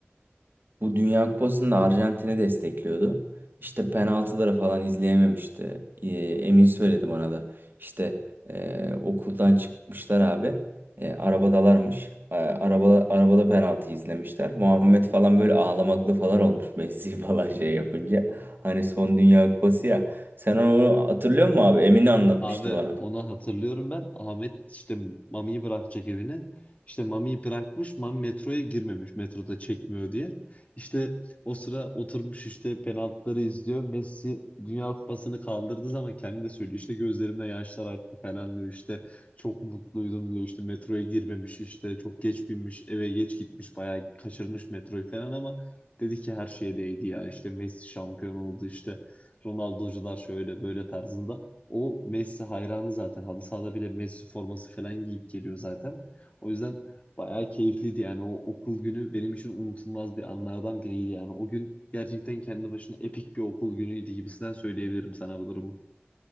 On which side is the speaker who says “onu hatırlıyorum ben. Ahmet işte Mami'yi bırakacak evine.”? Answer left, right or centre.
Left